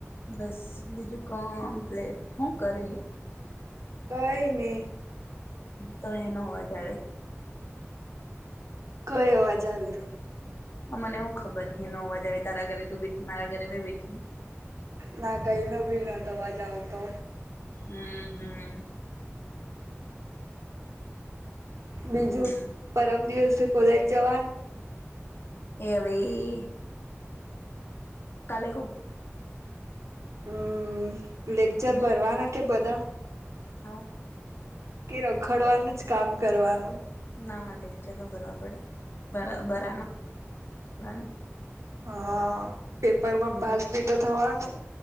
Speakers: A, on the left (about 50°); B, on the right (about 85°).
A: બસ બીજું કામપ્લેટ હું કરે
B: કઈ ની
A: તો હેનો અવાજ આવે
B: કઈ અવાજ આવી રો
A: મને હું ખબર હેનો અવાજ આવે તારા ઘરે તું બેઠી મારા ઘરે મે બેઠી.
B: ના કઈ નો ભી નથ અવાજ આવતો.
A: હમ્મ હમ્મ.
B: બીજું
A: હમ
B: પરમ દિવસે કોલેજ જવાનું
A: એવે કાલે કો
B: હમ્મ લેક્ચર
A: હમ
B: ભરવાના કે બધા?
A: હા.
B: કે રખડવાનું જ કામ કરવાનું.
A: ના ના લેકચર તો ભરવા પડે બરાબર <unintelligible>
B: હા પેપરમાં
A: હમ
B: પાસ ભી તો થવાનું.